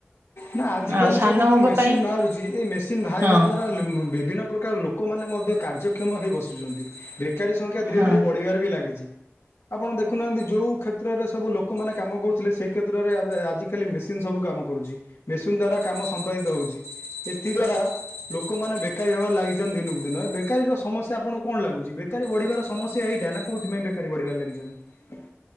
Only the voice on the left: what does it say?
ନା ଆଜିକାଲି
ସବୁ ଯେଉଁ ମେସିନ୍
ବାହାରୁଛି ଏ ମେସିନ୍ ବାହାରିବା
ଦ୍ୱରା ବିଭିନ୍ନ ପ୍ରକାର ଲୋ କମାନେ ମଧ୍ୟ କାର୍ଯ୍ୟକ୍ଷମ ହୋଇ ବସୁଛନ୍ତି ବେକାରୀ ସଂଖ୍ୟା ଧୀରେ
ଧୀରେ ବଢ଼ିବାରେ ବି ଲାଗିଛି। ଆପଣ ଦେଖୁନାହାନ୍ତି ଯୋଉ କ୍ଷେତ୍ରରେ ସବୁ ଲୋକମାନେ କାମ କରୁଥିଲେ ସେଇ କ୍ଷେତ୍ରରେ ଆବେ ଆଜି ଖାଲି ମେସିନ ସବୁ କାମ କରୁଚି ମେସିନ ଦ୍ଵାରା କାମ ସମ୍ପାଦିତ ହଉଚି ଏଥି ଦ୍ଵାରା ଲୋକମା ବେକାରୀ ହବାରେ ଲାଗିଛ ଦିନକୁ ଦିନ ବେକାରୀର ସମସ୍ୟା ଆପଣ କଣ ଲାଗୁଛି ବେକାରୀ ବଢିବାର ସମସ୍ୟା ଏଇଟା ନା କୋଉ ବେକାରୀ ବଢିବାରେ ଲାଗିଚନ୍ତି